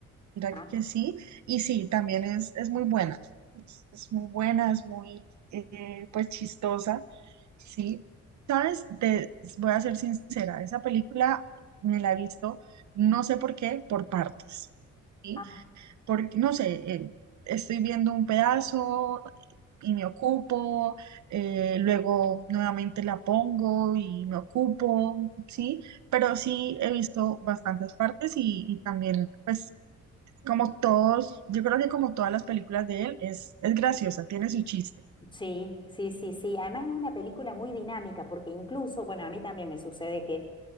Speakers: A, on the right; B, on the left.
A: Mira
B: Ah,
A: que sí, y sí, también es, es muy buena, es, es muy buena, es muy, eh, pues, chistosa, sí. ¿Sabes? Te voy a ser sincera, esa película me la he visto, no sé por qué, por partes, ¿sí?
B: ah.
A: Porque, no sé, eh, estoy viendo un pedazo y me ocupo, eh, luego nuevamente la pongo y me ocupo, ¿sí? Pero sí he visto bastantes partes y, y también, pues, como todos, yo creo que como todas las películas de él, es, es graciosa, tiene su chiste.
B: Sí, sí, sí, sí. Además es una película muy dinámica porque incluso, bueno, a mí también me sucede que